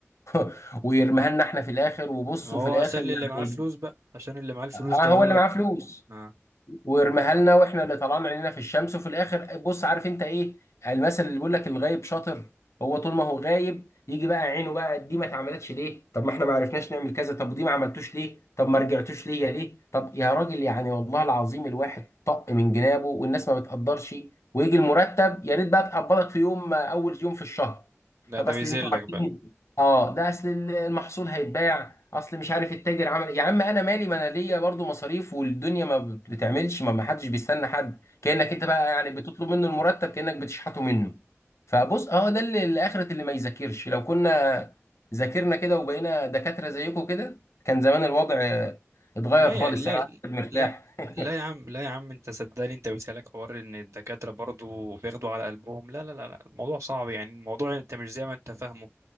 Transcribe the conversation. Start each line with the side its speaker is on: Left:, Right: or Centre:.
Left: <laughs> ويرميها لنا احنا في الاخر وبص
Right: ما هو
Left: وفي الاخر
Right: عشان
Left: يعني
Right: اللي معاه فلوس بقى عشان اللي معاه الفلوس
Left: اه
Right: ده
Left: هو
Right: بيقول
Left: اللي
Right: لك
Left: معاه فلوس
Right: اه
Left: ويرميها لنا واحنا اللي طلعنا عينينا في الشمس وفي الاخر بص عارف انت ايه المثل اللي بيقول لك الغايب شاطر هو طول ما هو غايب يجي بقى عينه بقى دي ما اتعملتش ليه طب ما احنا ما عرفناش نعمل كذا طب ودي ما عملتوش ليه طب ما رجعتوش ليا ليه طب يا راجل يعني والله العظيم الواحد طق من جنابه والناس ما بتقدرش ويجي المرتب يا ريت بقى تقبضك في يوم اول يوم في الشهر
Right: ده
Left: طب
Right: ده
Left: اصل
Right: بيذلك
Left: انتوا عارفين
Right: بقى
Left: اه ده اصل المحصول هيتباع اصل مش عارف التاجر عمل إيه. يا عم انا مالي ما انا ليا برضه مصاريف والدنيا ما بت- بتعملش ما ما حدش بيستنى حد كانك انت بقى يعني بتطلب منه المرتب كانك بتشحته منه فبص اه ده اللي الاخرة اللي ما يذاكرش لو كنا ذاكرنا كده وبقينا دكاترة زيكم كده كان زمان الوضع آه، اتغير
Right: لا
Left: خالص
Right: يا لا
Left: يعني الواحد مرتاح
Right: لا
Left: <laughs>
Right: لا يا عم لا يا عم انت صدقني انت بتهلك حوار ان الدكاترة برضو بياخدوا على قلبهم لا لا لا لا الموضوع صعب يعني الموضوع انت مش زي ما انت فاهمه